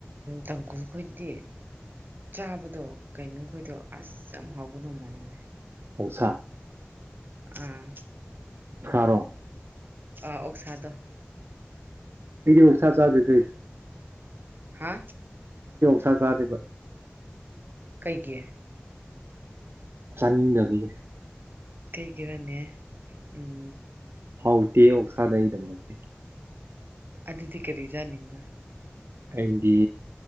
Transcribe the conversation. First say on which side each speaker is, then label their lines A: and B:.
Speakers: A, on the right; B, on the right.
A: ꯇꯥꯡꯈꯨꯜꯈꯣꯏꯗꯤ ꯆꯥꯕꯗꯣ ꯀꯩꯅꯣꯈꯣꯏꯗꯣ ꯑꯁ ꯌꯥꯝ ꯍꯥꯎꯒꯗꯧ ꯃꯥꯟꯕꯅꯦ
B: ꯍꯧꯁ
A: ꯑꯥ
B: ꯁꯔꯣ
A: ꯑꯥ ꯑꯣꯛꯁꯥꯗꯣ
B: ꯐꯤꯗꯤ ꯑꫭꯛꯁꯥ ꯆꯥꯗꯦ <unintelligible>
A: ꯍꯥ
B: ꯑꫭꯛꯁꯥ ꯆꯥꯗꯦꯕ
A: ꯀꯩꯒꯤ
B: ꯆꯥꯅꯤꯗꯕꯒꯤ
A: ꯀꯩꯒꯤꯔꯅꯦ ꯎꯝ
B: ꯍꯥꯎꯗꯦ ꯑꯣꯛꯁꯥꯗ ꯑꯩꯗꯝꯃꯗꯦ
A: ꯑꯗꯨꯗꯤ ꯀꯔꯤ ꯆꯥꯅꯤꯡꯕ
B: ꯑꯩꯗꯤ